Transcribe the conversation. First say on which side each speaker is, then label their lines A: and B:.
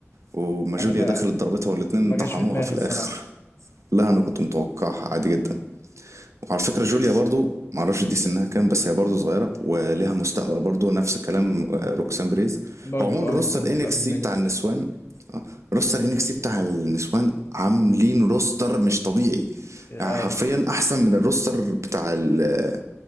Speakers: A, on the right; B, on the left.
A: وما جوليا
B: انا ما
A: دخلت ضربتها والاتنين
B: ما
A: طحنوها
B: جاش في دماغي
A: في
B: الصراحة
A: الاخر لا انا كنت متوقعها عادي جدا وعلى فكرة جوليا برضو معرفش دي سنها كام بس هي برضو صغيرة وليها مستقبل برضو نفس كلام آه، روكسان بريز
B: برضو
A: هو عموما
B: اه
A: روستر
B: ممكن تبقى
A: انكس
B: في المين
A: سي بتاع
B: روستر
A: النسوان آه، روستر انكس سي بتاع النسوان عاملين روستر مش طبيعي
B: اه
A: يعني حرفيا احسن من الروستر بتاع ال آه،